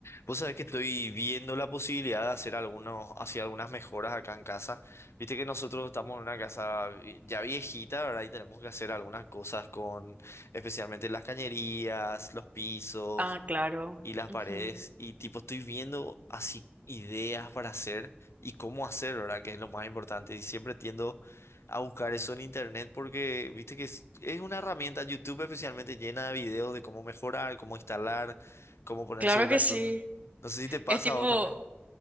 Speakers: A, on the left; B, on the right.
A: Vos sabés que estoy viendo la posibilidad de hacer algunos, hacer algunas mejoras acá en casa. Viste que nosotros estamos en una casa vi- ya viejita, ¿verdad? Y tenemos que hacer algunas cosas con, especialmente las cañerías, los pisos
B: Ah, claro.
A: y las
B: Ujú.
A: paredes y tipo estoy viendo así ideas para hacer y cómo hacer, ¿verdad? Que es lo más importante y siempre tiendo a buscar eso en internet porque viste que es, es una herramienta YouTube especialmente llena de videos de cómo mejorar, cómo instalar, cómo poner
B: Claro
A: ciertas
B: que sí.
A: cosas. No sé si te pasa
B: Es tipo,
A: a vos también.